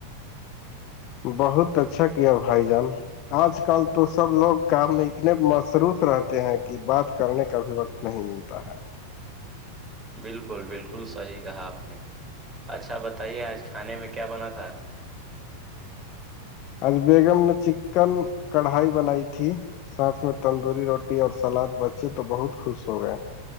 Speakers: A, on the left; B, on the right.
A: بہت اچھا کیا بھائی جان آج کل تو سب لوگ کام میں اتنے مصروف رہتے ہیں کہ بات کرنے کا بھی وقت نہیں بولتا ہے
B: بالکل بالکل صحی کہا آپ نے اچھا بتائیے آج کھانے میں کیا بنا تھا
A: آج بیگم نے چکن کڑھائی بنائی تھی ساتھ میں تندوری روٹی اور سلاد بچے تو بہت خوش ہو گئے